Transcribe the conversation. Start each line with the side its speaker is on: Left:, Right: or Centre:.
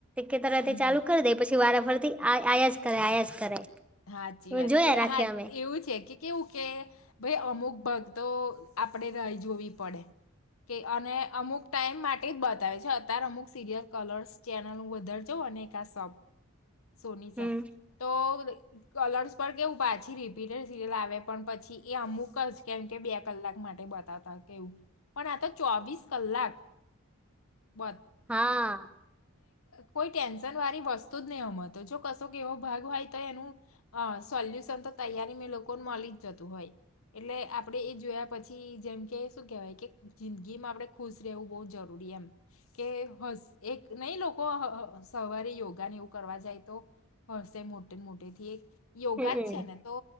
Centre: કે તર
Left: હમ
Centre: તે ચાલુ કરી દે પછી વારા ફરતી આયા જ કરે આયા જ કરે
Left: સાચી
Centre: તો
Left: વાત
Centre: જોયા
Left: એ
Centre: રાખીએ
Left: હા
Centre: અમે
Left: એવું છે કે કેવું કે ભાઈ અમુક ભક્તો આપડે નહી જોવી પડે કે અને અમુક ટાઈમ માટે જ બતાવે છે અતાર અમુક સિરિયલ કલર્સ ચેનલ હું વધારજઉ અને એક આ સબ સોની
Centre: હમ
Left: સબ તો કલર્સ પર કેવું પાછી રિપીટેડ સિરિયલ આવે પણ પછી એ અમુક જ કેમ કે બે કલાક માટે બતાવ કેવું પણ આ ચોવીસ કલાક બ
Centre: હા
Left: કો ટેન્ન વાળ વસ્તુ નહીંમ તો જો કશો કેવો ભાગ હોય તો એનું અ સોલ્યુશન તો તૈયારી મે લોકોને મળી જ જતું હોય એટલે આપડે એ જોયા પછી જેમ કે શું કેહેવાય કે જિંદગીમાં આપણે ખુશ રહેવું બહુ જરૂરી એમ કે હસ એક નહી લોકો હ સવારે યોગાને એવું કરવા જાય તો હશે મોટે મોટે થી એક યોગા
Centre: હમ
Left: જ છે ને તો